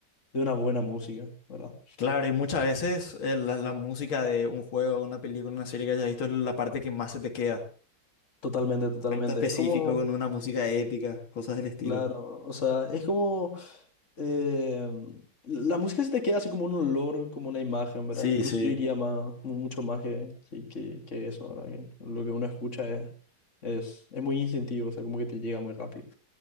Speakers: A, on the left; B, on the left.
A: de una buena música, ¿verdad?
B: Claro, y muchas veces eh, la, la música de un juego, una película, una serie que hayas visto es la parte que más se te queda.
A: Totalmente, totalmente.
B: evento específico
A: Es como...
B: con una música épica, cosas del estilo.
A: Claro, o sea, es como... eh, la música se te queda así como un olor, como una imagen, ¿verdad?
B: Sí,
A: Incluso
B: sí,
A: yo diría más, mu- mucho más que, que, que- que eso, ¿verdad? Que lo que uno escucha es, es, es muy instintivo, o sea, como que te llega muy rápido.